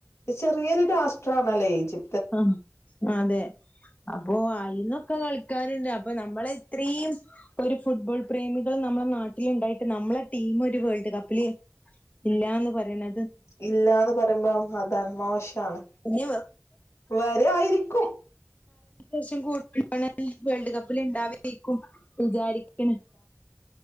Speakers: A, on the left; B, on the left.
A: ത് ചെറിയൊരു രാഷ്ട്രണല്ലോ ഈജി
B: ആഹ് അതെ അപ്പൊ അയിന്നൊക്കെ കളിക്കാരുണ്ട് അപ്പൊ നമ്മള ഇത്രയും ഒരു ഫുട്ബോൾ പ്രേമികൾും നമ്മളെ നാട്ടിലുണ്ടായിട്ട് നമ്മളെ ടീം ഒരു വേൾഡ് കപ്പില് ഇല്ലന്ന് പറയണ
A: ഇല്ലാന്ന് പറയുമ്പം അതാണ് മോശാണ്
B: ഇനി
A: വരെയിരിക്കും
B: അത്യാവശം <unintelligible> വേൾഡ് കപ്പിൽ ഉണ്ടാവ വിചാരിക്കണ